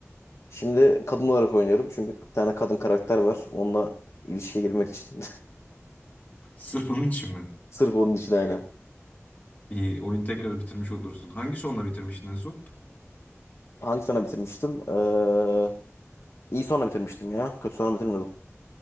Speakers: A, on the left; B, on the left.
A: Şimdi kadın olarak oynuyorum. Çünkü bir tane kadın karakter var. Onunla ilişkiye girmek için.
B: Sırf onun için mi?
A: <laughs> Sırf onun için aynen.
B: İyi, oyunu tekrar bitirmiş olursun. Hangi sonla bitirmiştin en son?
A: Hangi sene bitirmiştim? Ee, iyi sonra bitirmiştim ya. Kötü sonra bitirmedim.